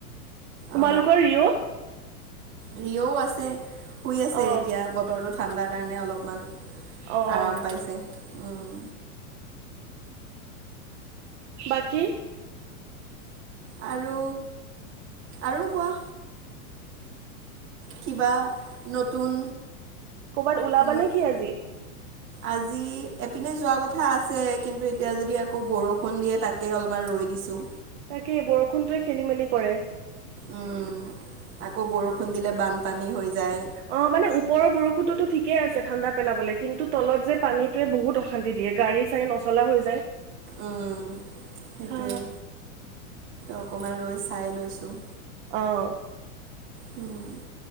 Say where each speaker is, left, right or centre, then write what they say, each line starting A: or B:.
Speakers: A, on the right (about 50°); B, on the right (about 25°).
A: তোমালোকৰ
B: অ,
A: ৰিঅ'
B: লিঅ'ও আছে, শুই আছে
A: অ'
B: এতিয়া। বতৰটো ঠাণ্ডা কাৰণে অলপমান
A: অ'
B: আৰাম পাইছে। উম।
A: বাকী!
B: আৰু, আৰু কোৱা? কিবা নতুন!
A: ক'ৰবাত ওলাবা
B: ন-
A: নেকি আজি!
B: আজি এপিনে যোৱা কথা আছে, কিন্তু এতিয়া যদি আকৌ বৰষুণ দিয়ে, তাক তাকেই অলপমান ৰৈ দিছোঁ।
A: তাকে, বৰষুণটোৱে খেলি-মেলি কৰে।
B: উম, আকৌ বৰষুণ দিলে বানপানী হৈ যায়।
A: অ, মানে ওপৰৰ বৰষুণতো ঠিকেই আছে ঠাণ্ডা পেলাবলে, কিন্তু তলত যে পানীটোৱে বহুত অশান্তি দিয়ে, গাড়ী-চাড়ী নচলা হৈ যায়।
B: উম, সেইটোৱে,
A: হা
B: অকণমান ৰৈ চাই লৈছোঁ।
A: অঁ।
B: উম।